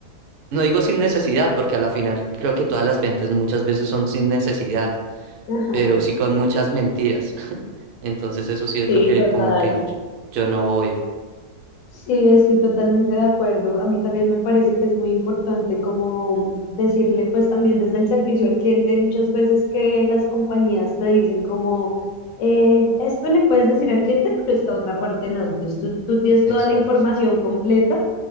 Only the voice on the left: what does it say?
Ajá.
Sí,
total.
Sí, estoy totalmente de acuerdo. A mí también me parece que es muy importante como decirle, pues también desde el servicio al cliente, hay muchas veces que las compañías te dicen como, eh, esto le puedes decir al cliente, pero esta otra parte no. Entonces tú, tú tienes
toda la información completa